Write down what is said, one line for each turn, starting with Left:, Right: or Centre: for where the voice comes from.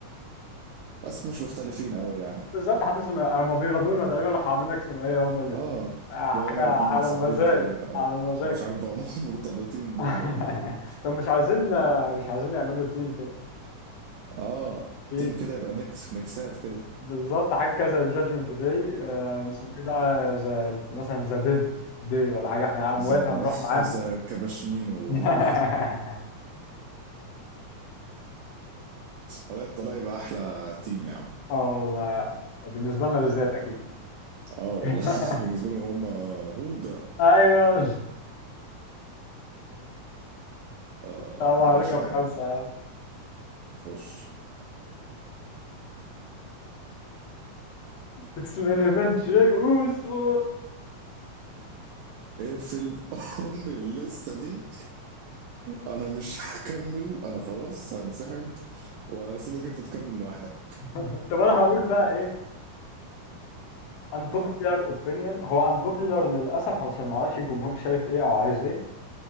Right: <laughs> بس مش مختلفين قوي يعني
Left: بالظبط حتى ثنائية هم بيرضونا تقريبا راح عاملين لك ثنائيه هم الاثنين
Right: اه
Left: آه،
Right: بقى
Left: حاجه
Right: هما
Left: على
Right: الاتنين متصاحبين
Left: المزاج
Right: تقريبا او
Left: على المزاج
Right: او مش عارف بقى هما <laughs> مرتبطين دول
Left: <laughs>
Right: ولا ايه
Left: طب مش عايزين مش عايزين يعملوا تيم كده
Right: اه
Left: في
Right: تيم كده يبقى ميكس ميكسات كده
Left: بالظبط حاجه كده زي جادجمنت داي نسميه بقى زي مثلا ذا ديد داي ولا حاجه احنا اموات
Right: ذا
Left: هنروح معاهم
Right: ذا كباشنين وديل
Left: <laughs>
Right: طلع طلع يبقى احلى تيم يا عم
Left: اه والله يعني. بالنسبه لنا بالذات اكيد
Right: اه والله
Left: <laughs>
Right: <laughs> بالنسبه لهم هما هو ده
Left: ايوه السلام
Right: طب
Left: عليكم
Right: ماشي يا
Left: خمسه
Right: عم
Left: يا عم
Right: خش
Left: اتس مين ايفنت جاي اوسو
Right: اقفل <laughs> ام اللسه دي انا مش هكمل انا خلاص هنسحب واسيبك انت تكمل لوحدك
Left: <laughs> طب انا هقول بقى ايه unpopular
Right: اه
Left: opinion هو unpopular للأسف علشان ما اعرفش الجمهور شايف ايه او عايز ايه اه